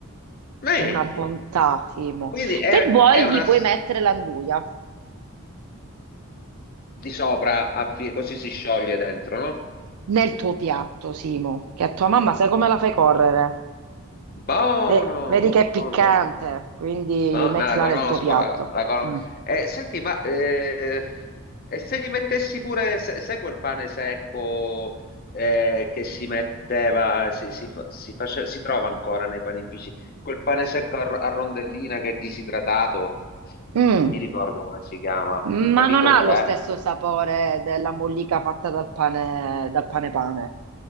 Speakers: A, on the left; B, on the right.
A: Eh,
B: una bontà, Simo.
A: quindi è,
B: Se vuoi
A: è una
B: gli puoi
A: s-
B: mettere l'anduia
A: di sopra, a fi- così si scioglie dentro, no?
B: nel tuo piatto, Simo, che a tua mamma sai come la fai correre?
A: Buono,
B: Ve- Vedi che è piccante,
A: buono, buono.
B: quindi
A: No,
B: mettila
A: no, la conosco,
B: nel tuo piatto.
A: la, la conosco.
B: Mm.
A: Eh, senti, ma eh, e se gli mettessi pure, se, sai quel pane secco eh, che si metteva, si, si, fa- si face- si trova ancora nei panifici, quel pane secco a, a rondellina che è disidratato,
B: Mm.
A: non mi ricordo come si chiama,
B: Ma
A: capito
B: non ha
A: qual
B: lo
A: è?
B: stesso sapore della mollica fatta dal pane, dal pane pane.